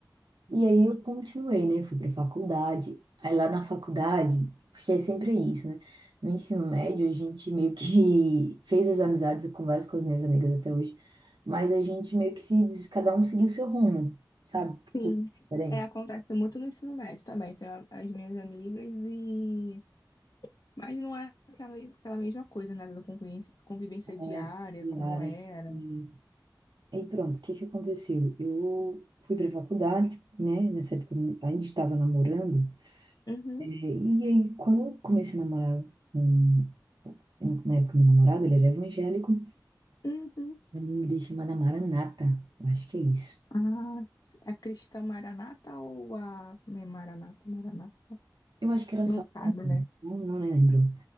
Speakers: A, on the right (about 75°); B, on the left (about 55°).
A: E aí eu continuei, né? Fui pra faculdade. Aí lá na faculdade, porque é sempre isso, né? No ensino médio, a gente meio que <laughs> fez as amizades, eu converso com as minhas amigas até hoje, mas a gente meio que se, des- cada um seguiu o seu rumo, sabe? Com
B: Sim.
A: diferença.
B: É, acontece muito no ensino médio também. Tenho a- as minhas amigas e. Mas não é aquela, aquela mesma coisa, né? Da convivência, convivência
A: É,
B: diária,
A: e
B: como
A: área.
B: era.
A: E aí pronto, o que que aconteceu? Eu fui pra faculdade, né? Nessa época eu ainda estava namorando.
B: Uhum,
A: É, E aí, quando eu comecei a namorar com, na época, meu namorado, ele era evangélico.
B: uhum.
A: Era uma igreja chamada Maranata, acho que é isso.
B: Ah, a Cristã Maranata ou a. é Maranata, Maranata?
A: Eu acho que era só.
B: Não sabe, né?
A: Não, não lembro.